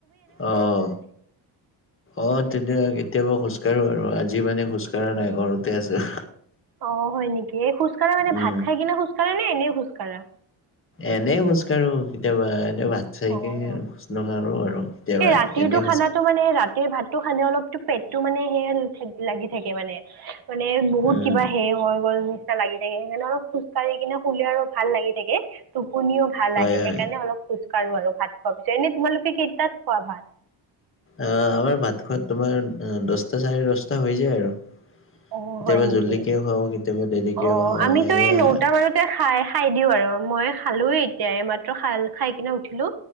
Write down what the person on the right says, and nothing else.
অ', হয় নেকি, এই খোজকাঢ়া মানে
ভাত খাই কিনে খোজ কঢ়া নে এনে খোজকাঢ়া?
অ
এই ৰাতিৰটো
খানাটো মানে সেই ভাতটো খালে অলপো পেটটো মানে সে লাগি থাকে মানে। মানে বহুত
কিবা হেৰি হৈ গ'ল নিচিনা লাগি থাকে, সেইকাৰণে অলপ খোজ কাঢ়ি কিনে আৰু ভাল লাগি থাকে। টোপনিও ভাল
আহে
সেইকাৰণে অলপ খোজকাঢ়ো আৰু ভাত খোৱাৰ পিছত। এনেই তোমালোকে কেইটাত খোৱা ভাত?
অঁ
হয় নেকি
অঁ
আমিতো
এই নটা
মানতে খাই খাই দিও আৰু, মই খালো এতিয়া এইমাত্ৰ খাল- খাই কিনে উঠিলো।